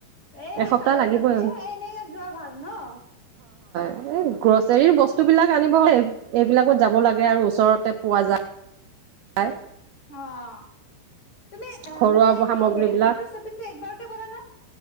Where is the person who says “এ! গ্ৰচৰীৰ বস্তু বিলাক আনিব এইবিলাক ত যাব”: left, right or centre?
Right